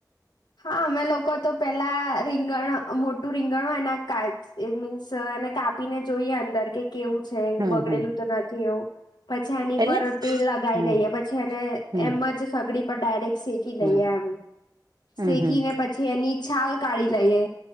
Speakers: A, on the left; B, on the right.
A: હા અમે લોકો તો પેલા રીંગણ મોટું રીંગણ હોય એના કા એ મીન્સ એને કાપીને જોઈએ અંદર કે કેવું છે
B: હમ
A: બગડેલું
B: હમ
A: તો નથી એવું. પછી એની
B: એટલે
A: પર તેલ લગાવી
B: હમ
A: દઈએ પછી એને
B: હમ
A: એમ જ સગડી પર ડાયરેક્ટ શેકી
B: હમ
A: દઈએ એમ
B: હમ
A: શેકીને
B: હમ
A: પછી એની છાલ કાઢી લઈએ